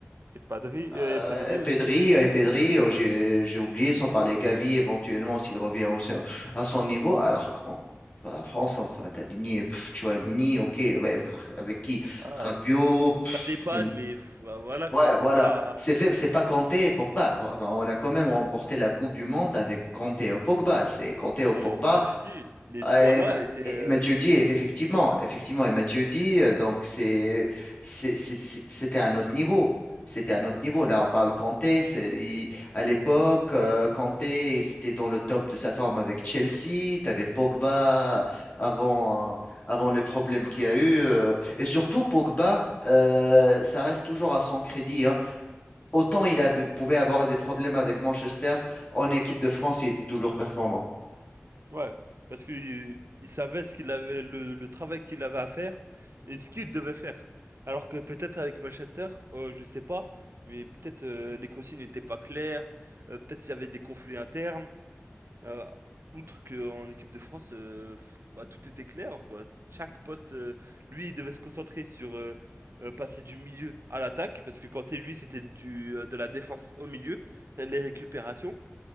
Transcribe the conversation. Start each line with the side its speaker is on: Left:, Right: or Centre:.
Right: Et Padri, euh,
Left: Euh,
Right: et Pedri
Left: Pedri,
Right: aussi.
Left: et Pedri, euh, j'ai j'ai oublié, sans parler Gavi éventuellement s'il revient aussi à à son niveau, alors qu'en enfin, en France, enfin, t'as Ligné, pff, Tchouaméni, ok, ouais, <laughs> avec qui?
Right: Voilà.
Left: Rabiot, pff,
Right: T'as des pannes,
Left: Ken-
Right: mais pff, voilà, quoi,
Left: ouais,
Right: c'est
Left: voilà,
Right: pas...
Left: c'est faible, c'est pas Kanté et Pogba. Bon, On a quand même remporté la Coupe du Monde avec Kanté et Pogba. C'est Kanté et
Right: Ouais,
Left: Pogba,
Right: Matuidi, les
Left: ah,
Right: trois
Left: Et,
Right: là
Left: Ma-
Right: étaient.
Left: et
Right: euh,
Left: Mathieu dit, eff- effectivement, effectivement, et Mathieu dit, euh, donc c'est, c'est- c'est- c'est- c'était un autre niveau. C'était un autre niveau. Là, on parle Kanté. c'est- il- à l'époque, euh, Kanté, c'était dans le top de sa forme avec Chelsea. Tu avais Pogba avant, euh, avant les problèmes qu'il y a eu. euh. et surtout, Pogba, euh, ça reste toujours à son crédit. hein. Autant il avait- pouvait avoir des problèmes avec Manchester, en équipe de France, il était toujours performant.
Right: ouais, parce qu'il il savait ce qu'il avait, le, le travail qu'il avait à faire et ce qu'il devait faire. Alors que peut-être avec Manchester, euh, je sais pas, mais peut-être euh, les consignes n'étaient pas claires, euh, peut-être s'il y avait des conflits internes. euh, outre qu'en équipe de France, euh, pff, bah, tout était clair, quoi. Chaque poste, euh, lui, il devait se concentrer sur euh, euh, passer du milieu à l'attaque, parce que quand Kanté, lui, c'était du, euh, de la défense au milieu, les récupérations.